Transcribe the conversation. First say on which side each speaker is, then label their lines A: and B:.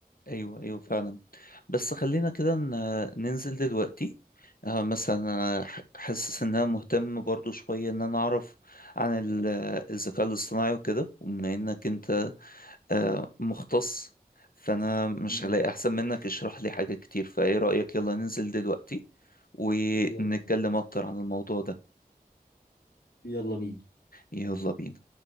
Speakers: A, on the left (about 65°); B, on the left (about 80°).
A: ايوه ايوه فعلا بس خلينا كده ن- ننزل دلوقتي آه، مثلا انا ح- حاسس ان انا مهتم برضو شويه ان انا اعرف عن ال- الذكاء الاصطناعي وكده وبما انك انت آه، مختص فانا مش
B: مم.
A: هلاقي احسن منك يشرح لي حاجه كتير فايه رايك يلا ننزل دلوقتي ونتكلم
B: يلا بينا
A: اكتر عن الموضوع ده
B: يلا بينا
A: يلا بينا